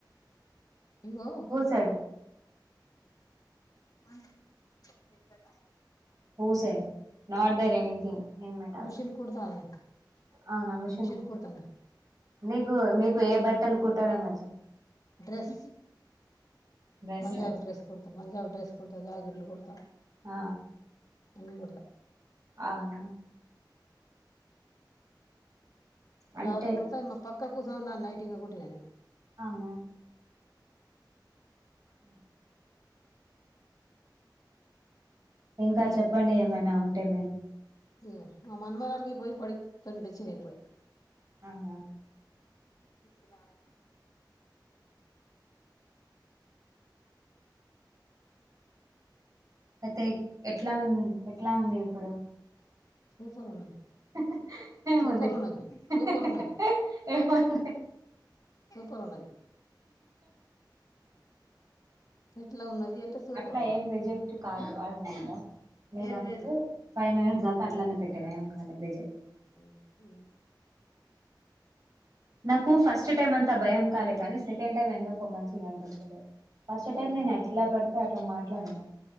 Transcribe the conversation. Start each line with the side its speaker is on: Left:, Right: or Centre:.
Left: ఇగో
Right: హూ సైడ్
Left: <unintelligible> పెద్దగా
Right: who side not there anything in my task
Left: machine కుడుత అనే
Right: అవునా
Left: మిషన్
Right: కుడ్
Left: కుడ్తనే
Right: నీకు మీకు ఏ బట్టలు కుట్టడం వచ్చు
Left: dress
Right: dress
Left: Punjabi dress కుడ్తా Punjab dress కుడ్తా జాకెట్లు కుడ్తా
Right: ఆ
Left: అన్ని కుడ్తా
Right: అవునా
Left: ప్లాజో
Right: అంటే
Left: కుడతా మా పక్కకూసున్నా దాన్ నైటి నేన్ కుట్టినదే
Right: అవునా హ ఇంకా చెప్పండి ఏమైనా ఉంటే మీరు
Left: య్ ఆ మా మన్మరాలికి పోయి బడిక్ తెచ్చినా ఇప్పుడే
Right: అవునా
Left: తెచ్చినావ
Right: అయితే ఎట్లా ఉం ఎట్లా ఉంది ఇప్పుడు
Left: సూపర్ ఉన్నది
Right: హేహే ఏముంది
Left: సూపర్ ఉన్నది
Right: హెహెహెయ్
Left: సూపర్ ఉన్నది
Right: ఏం ఉంది
Left: పర్ ఉన్నది ఎట్లా ఉన్నది అంటే సూపర్
Right: అట్లా
Left: ఉన్నది
Right: ఏం రిజెక్ట్ కాదు అర్థం అయిందా నేను
Left: ఏం
Right: అప్పుడు
Left: లేదు
Right: ఫైవ్ మినిట్స్ దాత అట్లాన్ పెట్టా ఏం కాలే రిజెక్ట్
Left: హ్ హు
Right: నాకు ఫస్ట్ టైమ్ అంతా భయం కాలే కానీ సెకండ్ టైమ్ ఎందుకో మంచిగా అనిపించలేద్ ఫస్ట్ టైం
Left: అదే
Right: నేను ఎట్లా పెడితే అట్లా మాట్లాడినా